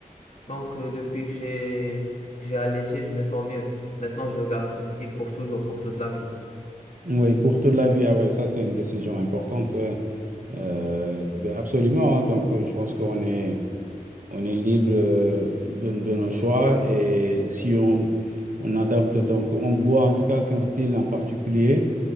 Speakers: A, on the left; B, on the right.
A: Donc, euh, depuis que j'ai que j'ai allégé, je me sens mieux. Maintenant, je garde ce style pour toujours, pour toute la vie.
B: oui, pour toute la vie, ah ouais, ça c'est une décision importante. ouais. Euh, ben absolument, hein. donc euh, je pense qu'on est, on est libre euh, de, de nos choix et si on, on adopte, donc on voit en tout cas qu'un style en particulier